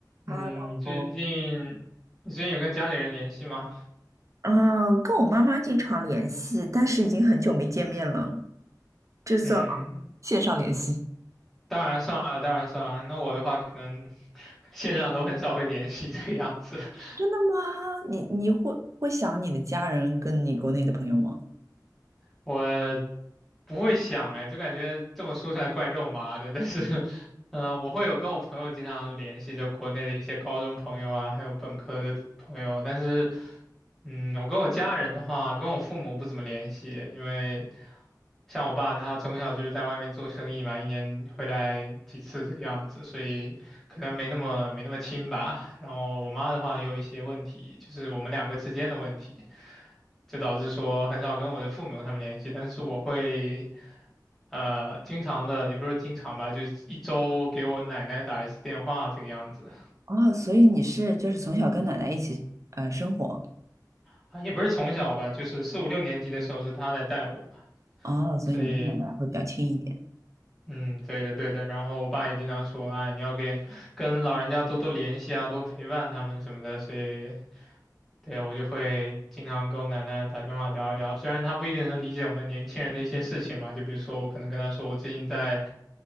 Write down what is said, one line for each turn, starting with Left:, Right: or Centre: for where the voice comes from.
Right: 哈喽，
Centre: 嗯，你最近你最近有跟家里人联系吗？
Right: 啊，跟我妈妈经常联系，但是已经很久没见面了，这算吗？
Centre: 嗯，
Right: 线上联系。
Centre: 当然算了，当然算了。那我的话，可能 <laughs> 线上都很少会联系这个样子。<laughs>
Right: 真的吗？你你会会想你的家人跟你国内的朋友吗？
Centre: 我不会想哎，就感觉这么说出来怪肉麻的，但是，<laughs> 嗯、我会有跟我朋友经常联系，就国内的一些高中朋友啊，还有本科的朋友，但是，嗯，我跟我家人的话，跟我父母不怎么联系，因为像我爸他从小就是在外面做生意嘛，一年回来几次这个样子，所以可能没那么没那么亲吧。然后我妈的话也有一些问题，就是我们两个之间的问题。就导致说很少跟我的父母他们联系，但是我会呃经常的，也不是经常吧，就是一周给我奶奶打一次电话这个样子
Right: 哦，所以你是就是从小跟奶奶一起呃生活，
Centre: 啊，也不是从小吧，就是四五六年级的时候是她在带我，
Right: 哦，所以你跟奶奶会比较亲一点。
Centre: 所以嗯，对的对的，然后我爸也经常说，哎，你要跟跟老人家多多联系啊，多陪伴他们什么的，所以。对，我就会经常跟我奶奶打电话聊一聊，虽然她不一定能理解我们年轻人的一些事情嘛，就比如说我可能跟她说我最近在